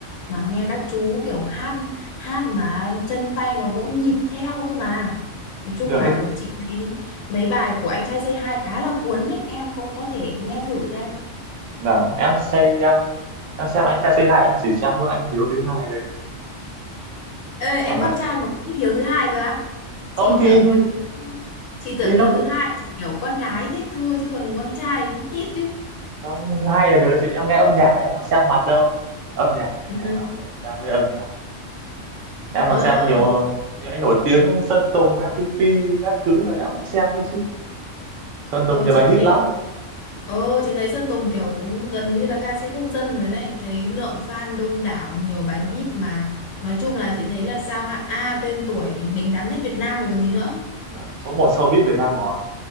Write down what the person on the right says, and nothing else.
được
cái gì
vâng em xem em em xem anh trai c hai, em chỉ xem mỗi anh Hiếu thứ hai thôi
<laughs> còn
lại
không
thì
thì
nó cũng
không hay là được chị em nghe âm nhạc em có xem mặt đâu âm nhạc
em là người đam mê âm nhạc em
còn xem nhiều những cái nổi tiếng Sơn Tùng Em MTP các thứ này em cũng xem đấy chứ Sơn Tùng
nhiều
bài hit
lắm
Đó,
đó. số một showbiz Việt Nam rồi